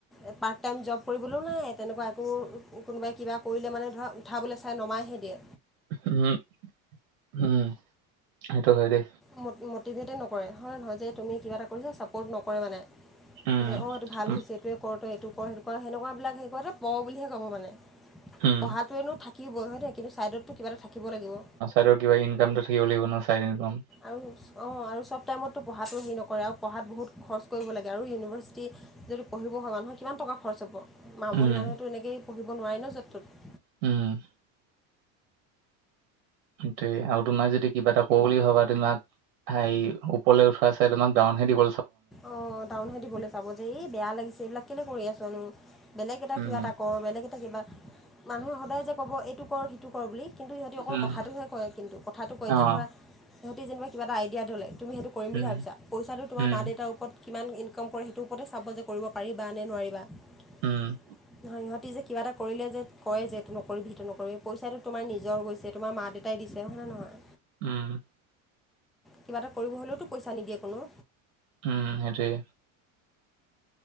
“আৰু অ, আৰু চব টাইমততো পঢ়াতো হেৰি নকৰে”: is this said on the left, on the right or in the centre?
Centre